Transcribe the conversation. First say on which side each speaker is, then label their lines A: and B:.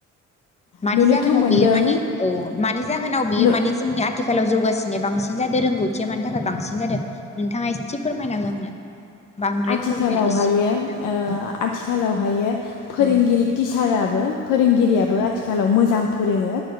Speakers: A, on the left (about 20°); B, on the left (about 85°).
A: मानि
B: नुनोथ'
A: जाहोनाव
B: मोनदों
A: बेयो माने औ मानि जाहोनाव बेयो
B: नु
A: मानि जोंनि आथिखालाव जौगासिनाया बांसिन जादों रोंगौथिया मानि थाखाय बांसिन जादों नोंथाङा एसे फोरमायना हो आंनो बांद्राय
B: आथिखालाव
A: फोरमाय एसे
B: हायो
A: फोरमायना
B: ओ
A: हो औ
B: आथिखालाव हायो
A: उम
B: फोरोंगिरि टिचारा बो फोरोंगिरियाबो आथिखालाव मोजां फोरोङो